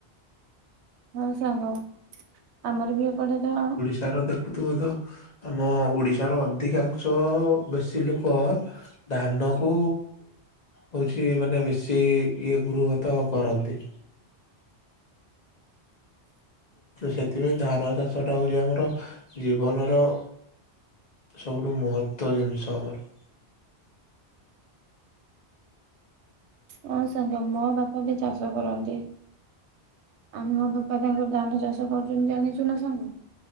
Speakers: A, on the right; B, on the left.
A: ହଁ ସାଙ୍ଗ ଆମର ବି ଏପଟେ ତ
B: ତାର ଦେଖୁଥିବ ତ ଆମ ଓଡିଶାର ଅଧିକାଂଶ ବେଶୀ ଲୋକ। ଧାନ କୁ ହୋଉଚି ମାନେ ବେଶୀ ଇଏ ଗୃହ ତ କରନ୍ତି। ସେଥିପାଇଁ ଧାନ ଚାଷଟା ହୋଉଚି ଆମର ଜୀବନର ସବୁଠୁ ମହତ୍ଵ ଜିନିଷ ଆମର।
A: ହଁ ସାଙ୍ଗ ମୋ ବାପା ବି ଚାଷ କରନ୍ତି। ଆମ ଦପା ତାଙ୍କର ଧାନ ଚାଷ କରୁଛନ୍ତି ଜାଣିଛୁ ନା ସାଙ୍ଗ?